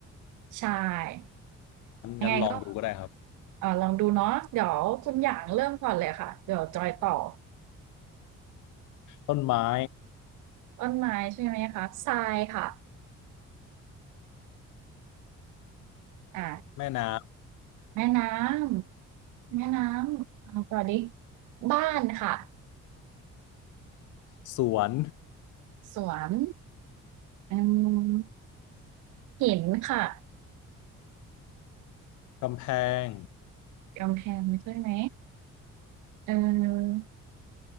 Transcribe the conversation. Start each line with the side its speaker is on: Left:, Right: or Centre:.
Right: ใช่
Left: งั้นงั้นลองดูก็ได้ครับ
Right: ยังไงก็เออลองดูเนาะเดี๋ยวคุณหยางเริ่มก่อนเลยค่ะเดี๋ยวจอยต่อ
Left: ต้นไม้
Right: ต้นไม้ใช่ไหมคะทรายค่ะอ่า
Left: แม่น้
Right: แม่น้ำแม่น้ำเอาต่อดิบ้านค่ะ
Left: ำสวน
Right: สวนอืมหินค่ะ
Left: กำแพง
Right: กำแพงใช่ไหมเออ